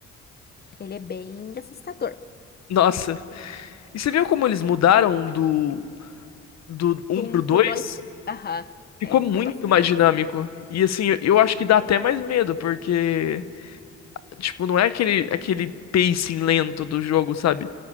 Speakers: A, on the left; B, on the left.
A: ele é bem assustador.
B: Nossa. E você viu como eles mudaram do, do um
A: Do um
B: pro 2?
A: pro dois, aham,
B: Ficou
A: é, mudou
B: muito
A: bastante.
B: mais dinâmico. E assim, eu, eu acho que dá até mais medo, porque, tipo, não é aquele, aquele pacing lento do jogo, sabe?